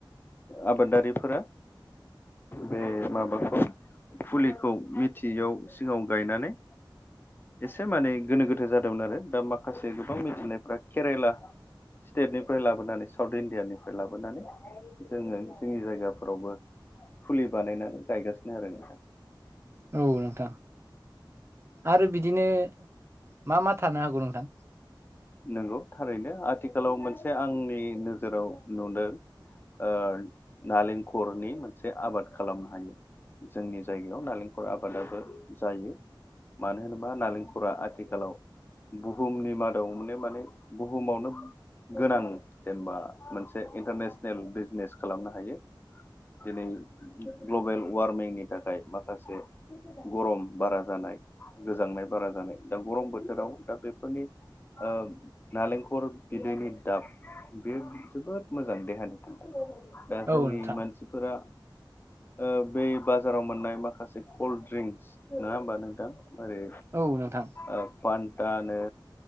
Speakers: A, on the left (about 25°); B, on the right (about 30°).
A: आबादारिफोरा बे माबाखौ फुलिखौ मिथिआव सिगांआव गायनानै एसे मानि गोनो गोथो जादोंमोन आरो दा माखासे गोबां मिथिनायफ्रा केरेला स्टेटनिफ्राय लाबोनानै साउथ इण्डियानिफ्राय लाबोनानै जोङो जोंनि जायगाफोरावबो फुलि बानायनानै गायगासिनो आरो नोंथां
B: औ नोंथां। आरो बिदिनो मा मा थानो हागौ नोंथां?
A: नंगौ थारैनो आथिखालाव मोनसे आंनि नोजोराव। नुदों ओ नालेंखरनि मोनसे आबाद खालामनो हायो। जोंनि जायगायाव नालेंखल आबादाबो जायो। मानो होनोबा नालेंखरा आथिखालाव गु बुहुमनि मादाव माने बुहुमावनो गोनां जेनेबा मोनसे इन्टारनेसनेल बिजनेस खालामनो हायो। दिनै ग्लबेल वार्मिंनि थाखाय माखासे। गरम बारा जानाय गोजांनाय बारा जानाय दा गरम बोथोराव दा बे फोरनि ओ। <unintelligible> नालेंखल बिदैनि दाब बे जोबोद मोजां देहानि थाखाय। दा जोंनि
B: औ नोंथां
A: मानसिफोरा। ओ बै बाजाराव मोननाय माखासे कल्ड ड्रिंक्स नङा होमबा नोंथां मोरै।
B: औ नोंथां।
A: औ पानटानो।